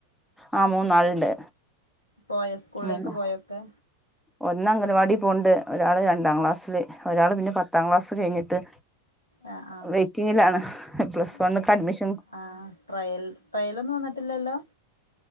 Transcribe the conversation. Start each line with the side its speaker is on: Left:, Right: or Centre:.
Centre: ആ മൂന്നാളുണ്ട്
Left: പോയാ സ്കൂൾലേക്ക്
Centre: മൂന്ന്
Left: പോയാ ഒക്കെ
Centre: ഒന്ന് അംഗനവാടി പോണ്ട് ഒരാള് രണ്ടാം ക്ലാസ്സില് ഒരാള് പിന്നെ പത്താം ക്ലാസ് കഴിഞ്ഞിട്ട്
Left: ആ ആ
Centre: വെയിറ്റിങ്ങിലാണ് പ്ലസ്
Left: ആ
Centre: വണ്ണ്ക്ക് അഡ്മിഷൻ
Left: ആ ട്രയൽ ട്രയലൊന്നും വന്നിട്ടില്ലല്ലോ